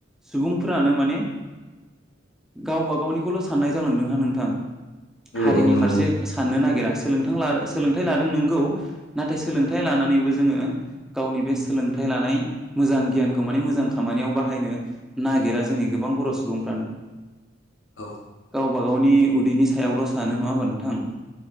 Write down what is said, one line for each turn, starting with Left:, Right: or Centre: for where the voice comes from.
Centre: सुबुंफोरानो माने। गावबाागावनिखौल साननाय जालांदोंहा नोंथां।
Left: औ
Centre: हारिनि
Left: औ नंगौ
Centre: फारसे साननो नागिरा। सोलोंथां ला सोलोंथाइ लादों नोंगौ नाथाय सोलोंथाइ लानानैबो जोंङो गावनि बे सोलोंथाइ लानाय मोजां गियानखौ माने मोजां खामानियाव बाहायनो नागिरा जोंनि गोबां बर' सुबुंफ्रानो
Left: औ
Centre: गावबा गावनि उदैनि सायावल' सानो नंङा होमबा नोंथां